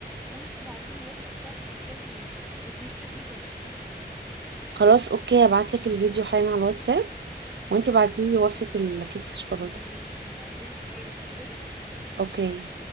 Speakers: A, in the centre; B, on the right.
A: وانت تبعتي لي وصفه بتاعه مكرونه النجريسكو والتكات اللي في النص
B: خلاص اوكي ابعتلك الفيديو حالا على الواتساب وانتي بعتيلي وصفة الكيك الشوكولاتة
A: ماشي هبعتهولك حالا اوكي
B: اوكي